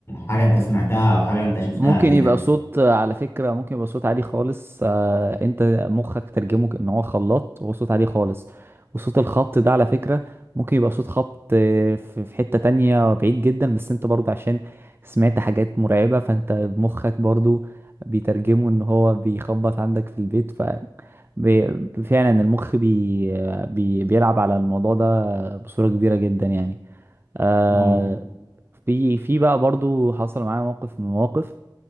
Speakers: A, on the left; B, on the right.
A: حاجة انت سمعتها او حاجة انت شفتها
B: ممكن
A: قبل
B: يبقى
A: كده
B: صوت آه، على فكرة ممكن يبقى صوت عالي خالص آه، انت مخك ترجمه ان هو خلاط وهو صوت عالي خالص وصوت الخبط ده على فكرة ممكن يبقى صوت خبط آه، في في حتة تانية بعيد جدا بس انت برضه عشان سمعت حاجات مرعبة فانت مخك برضه بيترجمه ان هو بيخبط عندك في البيت ف بي- فعلا المخ بي بي بيلعب على الموضوع ده بصورة كبيرة جدا يعني آه،
A: ممكن
B: في في بقى برضو حصل معايا موقف من المواقف